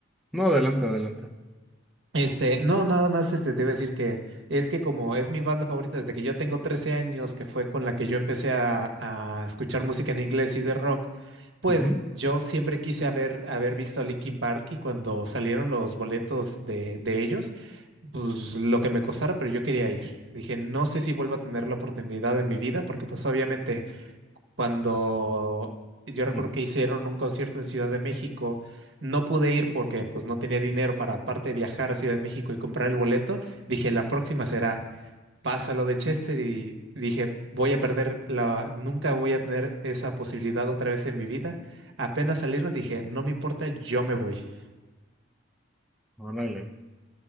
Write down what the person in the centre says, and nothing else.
no, adelante, adelante.
Ujú,
ujú.
Órale.